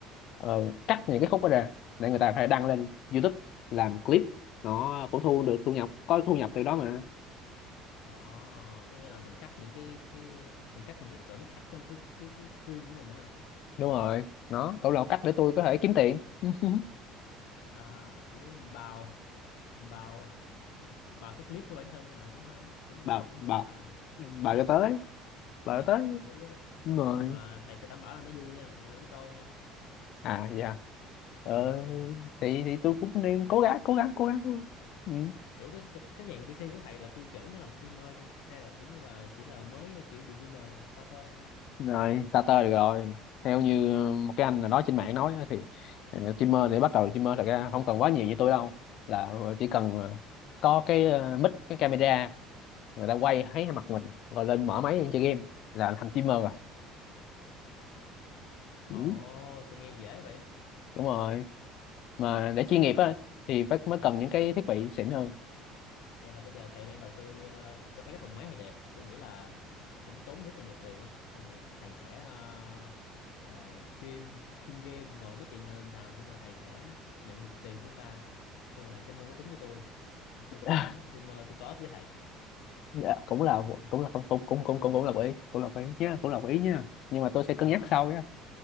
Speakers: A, on the left; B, on the left.
A: ờ, cắt những cái khúc đó ra để người ta có thể đăng lên YouTube làm clip nó cũng thu được thu nhập có thu nhập từ đó mà
B: ồ có nghĩa là mình cắt những cái cái mình cắt những cái khoảnh khắc trong cái cái cái stream của mình đó hả
A: đúng rồi nó cũng là một cách để tôi
B: à,
A: có thể kiếm tiền <laughs>
B: à, kiểu mình bào mình bào <laughs> bào cái clip của bản thân à, cũng hay cũng
A: bảo
B: ờ, cũng
A: bà
B: gọi là
A: bà
B: chiến thuật
A: cho tới bà
B: à,
A: cho tới
B: hợp lý á
A: đúng rồi
B: nhưng mà thầy phải đảm bảo là nó vui nha thì người ta mới coi nha
A: à dạ ờ,
B: Ờ, ok
A: thì thì tôi cũng nên cố gắng cố gắng cố gắng ừ.
B: kiểu cái tu- cái dạng PC của thầy là tiêu chuẩn để làm streamer chưa hay là kiểu như là chỉ là mới kiểu beginner starter thôi
A: rồi starter được rồi theo như một cái anh nào đó trên mạng nói á, thì ờ, streamer để bắt đầu streamer thật ra không cần quá nhiều như tôi đâu là ờ, chỉ cần ờ, có cái ờ, mic cái camera người ta quay thấy mặt mình rồi lên mở máy chơi game là thành streamer rồi
B: Ồ,
A: ừ.
B: sao nghe dễ vậy?
A: đúng rồi mà để
B: Nghĩa
A: chuyên
B: là
A: nghiệp
B: bây
A: á thì phải mới
B: À,
A: cần những cái thiết bị xịn hơn
B: vậy là bây giờ thầy đang đầu tư ờ, tôi thấy cái thùng máy thầy đẹp tôi nghĩ là nó cũng tốn rất là nhiều tiền á xong rồi thầy sẽ ờ, ờ, stream stream game ngồi nói chuyện xàm xàm xong rồi thầy sẽ nhận được tiền của ông ta xong rồi thầy sẽ mua máy tính cho tôi xong tôi
A: <laughs>
B: sẽ làm streamer tôi co-op với thầy
A: dạ cũng là
B: <laughs>
A: cũng là cũng cũng cũng cũng cũng cũng là quỹ cũng là quỹ nhá cũng là quỹ nhá nhưng mà tôi
B: ờ
A: sẽ cân nhắc sau nhá